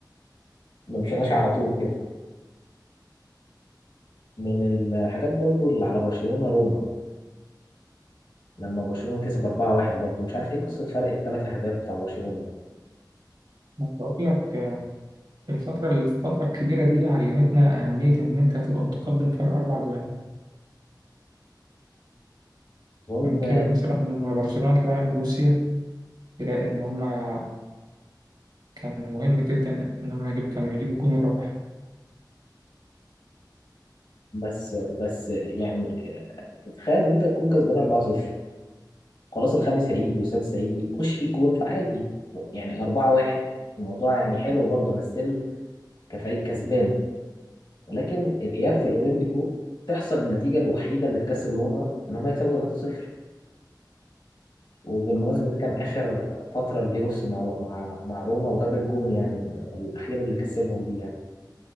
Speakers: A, on the left; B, on the right.
A: ما مشيناش على طول كده من الحاجات برضو اللي على برشلونه روما لما برشلونة كسب 4-1 برضه مش عارف ايه قصة فرق الثلاث اهداف بتاع برشلونة ده
B: بقول لك آه، الفترة الفترة الكبيرة دي علمتنا أهمية إن أنت تبقى متقدم فرق أربع جوان
A: اظن
B: عشان كده مثلا لما برشلونة تلاعب بروسيا تلاقي إن هما كان مهم جدا إن هما يجيبوا كانوا يجيبوا الجون الرابح
A: بس بس يعني تتخيل ان انت تكون كسبان 4-0 خلاص الخامس هيجي والسادس هيجي خش فيه الجون فعادي يعني 4-1 الموضوع يعني حلو برضه انا ستيل كفريق كسبان ولكن الاياب في الاولمبيكو تحصل النتيجة الوحيدة اللي تكسب روما ان هم يكسبوا 3-0 وبالمناسبة ده كان آخر فترة لدي روسي مع مع مع روما وجاب الجون يعني الأخير اللي كسبهم بيه يعني